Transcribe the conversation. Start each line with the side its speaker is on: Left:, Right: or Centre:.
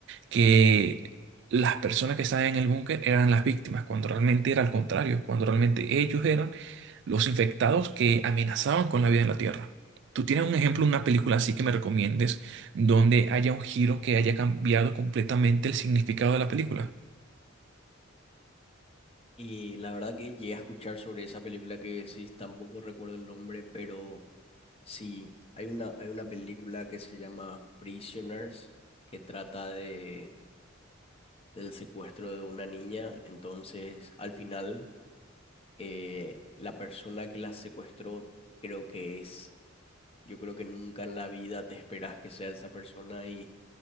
Right: que las personas que estaban en el búnker eran las víctimas, cuando realmente era al contrario, cuando realmente ellos eran los infectados que amenazaban con la vida en la Tierra. ¿Tú tienes un ejemplo, una película así que me recomiendes donde haya un giro que haya cambiado completamente el significado de la película?
Left: Y la verdad que llegué a escuchar sobre esa película que decís, tampoco recuerdo el nombre, pero sí, hay una, hay una película que se llama Prisoners, que trata de del secuestro de una niña. Entonces, al final, eh, la persona que la secuestró, creo que es, yo creo que nunca en la vida te esperas que sea esa persona y,